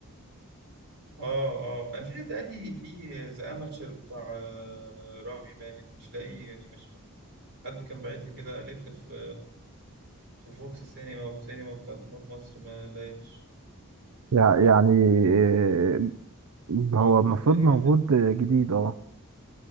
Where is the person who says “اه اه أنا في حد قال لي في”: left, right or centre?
Right